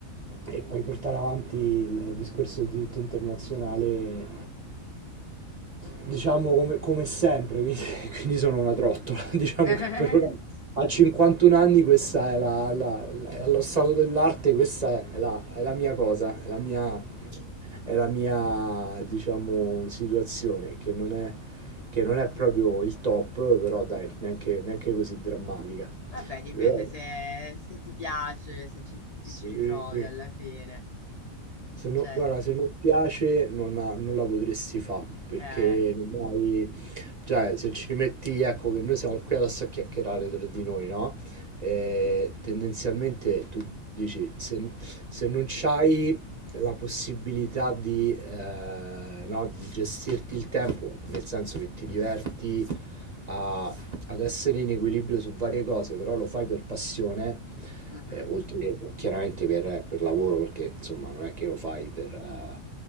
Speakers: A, on the right; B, on the left.
A: e poi portare avanti il discorso del diritto internazionale, diciamo come, come sempre, quindi, <laughs> quindi sono una trottola. <laughs> Diciamo
B: <laughs>
A: che per ora a 51 anni questa è la, la- la- allo stato dell'arte, questa è la, è la mia cosa, è la mia, è la mia, diciamo, situazione che non è, che non è proprio il top, però dai, neanche, neanche così drammatica.
B: Vabbè, dipende
A: Però,
B: se, se ti piace, se ci, ti
A: sì.
B: ci ritrovi alla fine.
A: Se non,
B: Cioè,
A: guarda, se non piace non, ha- non la potresti fare perché
B: eh,
A: non hai cioè, se ci metti, ecco che noi siamo qui adesso a chiacchierare tra di noi, no? E tendenzialmente tu dici, se, se non c'hai la possibilità di, eh, no, di gestirti il tempo, nel senso che ti diverti a- ad essere in equilibrio su varie cose, però lo fai per passione,
B: mhm,
A: eh, oltre che chiaramente per, per lavoro, perché insomma non è che lo fai per, eh,